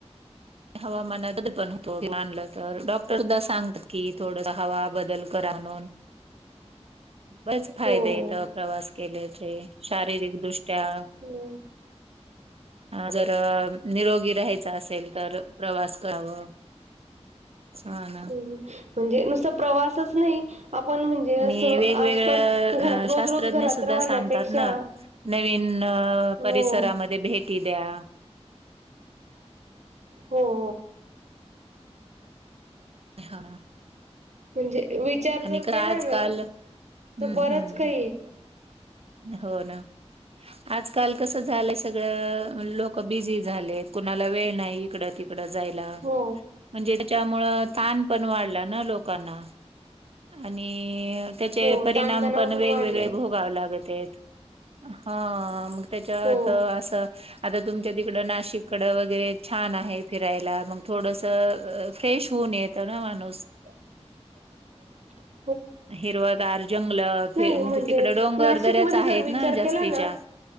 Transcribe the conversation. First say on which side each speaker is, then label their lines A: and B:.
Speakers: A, on the right; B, on the right.
A: हवामानात <unintelligible> बदल‌ होतो. तर डॉक्टर सुध्दा सांगतात कि, थोडं हवा बदल करा म्हणून. बरेच फायदे
B: हो
A: यत अ प्रवास केल्याचे, शारीरिक दृष्ट्या
B: ह्म.
A: अ जर निरोगी राहायचं असेल तर, प्रवास करावं ह ना.
B: म्हणजे नुस्त प्रवासच नही, आपण म्ह णजे असं,
A: आणि वेगवेगळ्या
B: आसपास घरात रोज-रोज
A: शास्त्रज्ञ
B: घरात
A: सुद्धा
B: राहण्यापेक्षा
A: सांगतात ना नवीन अ
B: हो
A: परिसरामध्ये भेटी द्या.
B: हो.
A: हा.
B: म्हणजे विचार
A: आणि
B: जर
A: का
B: केला
A: आजकाल
B: ना
A: हम्म
B: तर बरंच
A: हम्म
B: कायी.
A: हो ना. आजकाल कसं झालंय सगळं लोक बिझी झाले कुणाला वेळ नाही इकडं ति''--'' इकडं जायला.
B: हो
A: म्हणजे त्याच्यामुळं ताण पण वाढला ना लोकांना आणि. तेचे
B: हो
A: परिणाम
B: ताणतणाव
A: पण वेगवेगळे
B: वाढलाय
A: भोगावे लागत. तेच हां म तेच्यात
B: हो
A: असं. आता तुमच्या तिकडं नाशिककडं वगैरे छान आहे फिरायला मग थोडंसं फ्रेश होऊन येत. तना माणूस.
B: <inaudible> वां तसचं करून घेत
A: हिरवंगार जंगल.
B: नाही
A: फि
B: म्हणजे
A: तिकड डोंगर
B: नाशिकमध्ये
A: दऱ्याच आहेत
B: जर विचार
A: ना जास्तीच्या
B: केला ना.